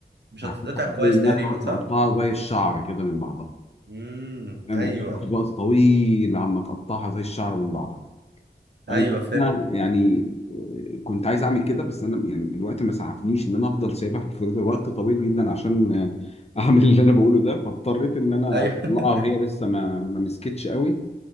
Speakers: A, on the right (about 70°); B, on the left (about 35°).
A: مش
B: هتفتح
A: هتتقطع كويس
B: الأول إنها
A: تقريبا
B: تقعد
A: صح
B: تقطعها زي الشعر كده من بعضها
A: امم
B: يعني
A: ايوه
B: تاخد وقت طويل عما تقطعها زي الشعر من بعضها
A: ايوه
B: أي
A: فاهم
B: نعم، أنا يعني آه، كنت عايز أعمل كده بس أنا يعني الوقت ما سعفنيش إن أنا أفضل سايبها في الفريزر وقت طويل جدا عشان آه، <laughs> أعمل اللي أنا بقوله ده فاضطريت إن أنا
A: ايوه
B: أطلعها
A: <laughs>
B: وهي لسه ما ما مسكتش قوي